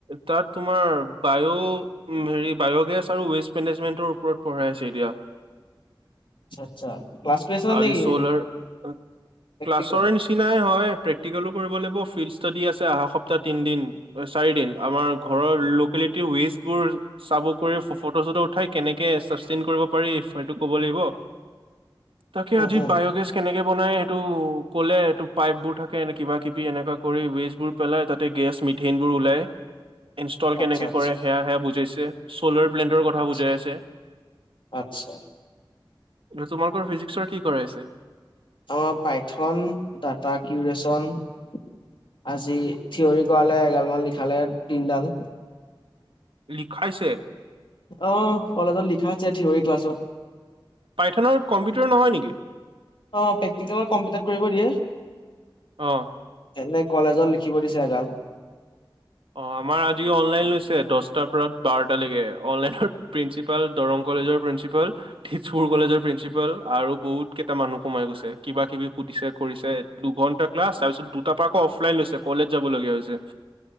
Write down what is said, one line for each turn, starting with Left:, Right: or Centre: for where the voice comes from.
Right: তাত তোমাৰ বায়', হেৰি বায়' গেছ আৰু ৱেষ্ট মেনেজমেন্টৰ ওপৰত পঢ়াই আছে এতিয়া।
Left: আ আচ্ছা, ক্লাছ কৰি আছ
Right: আজি
Left: নেকি?
Right: চ'লাৰ
Left: প্ৰেক্টিকেল
Right: ক্লাছৰ নিচিনাই হয় প্ৰেক্টিকেলো কৰিব লাগিব ফিল্ড ষ্টডি আছে অহা সপ্তাহ তিনদিন। চাৰি দিন আমাৰ ঘৰৰ লোকেলিটিৰ ৱেচ বোৰ চাব কৰি ফটো চটো উঠাই কেনেকে পাৰিটো কব লাগিব। তাকে
Left: উম
Right: আজি
Left: উম
Right: বায় গেছ কেনেকে বনাই সেইটো ক'লে এইটো পাইপবোৰ থাকে এ কিবা কিবি এনেকা কৰি ৱেষ্টবোৰ পেলাই তাতে গেছ মি ধনবোৰ ওলাই ইনষ্টল কেনেকৈ
Left: আচ্ছা আচ্ছা
Right: কৰে সেয়া সেয়া বুজাইছে। ছ'লাৰ প্লেণ্টৰ কথা
Left: আচ্ছা
Right: বুজাই আছে।
Left: আচ্ছা
Right: তোমালোকৰ ফিজিক্সৰ কি কৰাইছে
Left: আমাৰ পাইথন ডা, কিৰি আজি থিয়ৰি কৰালে এগাল মান লিখালে দিনডাল।
Right: লিখাইছে
Left: অ, কলেজত লিখাছে, থিয়ৰী ক্লাছত।
Right: পাইথনৰ কম্পিউটাৰ নহয় নেকি
Left: অ, প্ৰেকটিকেল কম্পিউটাৰ কৰিব দিয়ে।
Right: আহ।
Left: এনে কলেজত লিখিব দিছে, এগাল।
Right: অ, আমাৰ আজি অনলাইন লৈছে, দহটাৰ পৰা বাৰটালৈকে অনলাইন প্ৰিন্সিপাল দৰং। কলেজৰ প্ৰিঞ্চিপাল থিজপুৰ কলেজৰ প্ৰিন্ঞ্চিপাল আৰু বহুত কেইটা মানুহ কোমাই গৈছে কিবা, কিবি পুতিছে, কৰিছে, দুঘণ্টা। ক্লাছ তাৰপিছত দুটাৰ পৰা আকৌ অফলাইন লৈছে কলেজ যাবলগীয়া হৈছে।